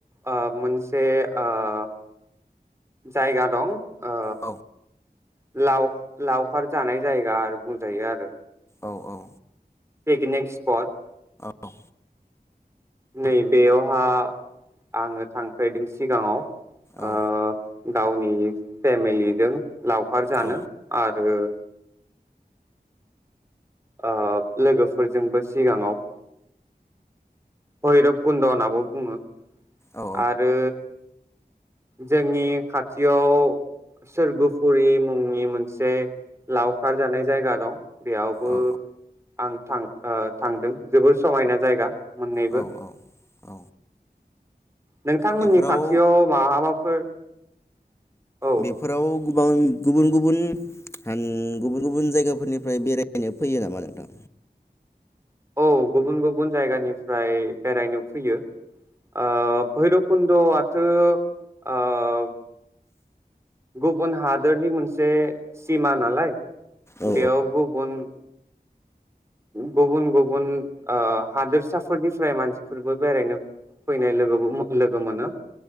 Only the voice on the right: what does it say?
ओ मोनसे ओ जायगा दं ओ
लाव लावखार जानाय जायगा आर बुंजायो आरो।
पिकनिक स्पट
नै बेयावहा आङो थांफेरदों सिगाङाव।
ओ गावनि फेमिलिजों लावखार जानो
आरो ओ लोगोफोरजोंबो सिगाङाव भैर'ब कुन्द'नाबो बुङो।
आरो जोंनि खाथियाव सोर्गोफुरि मुंनि मोनसे लावखार जानाय जायगा दं। बेयावबो
आं थां ओ थांदों जोबोर समायना जायगा मोननैबो।
नोंथांमोननि
खाथियाव माबाफोर औ
औ गुबुन गुबुन जायगानिफ्राय बेरायनो फैयो। औ भैरोब खुन्द' आथो आब गुबुन हादोरनि मोनसे सिमा नालाय
बेयाव गुबुन गुबुन गुबुन ओ हादोरसाफोरनि फ्राय मानसिफोरबो बेरायनो फैनाय लोगोबो मो लोगो मोनो।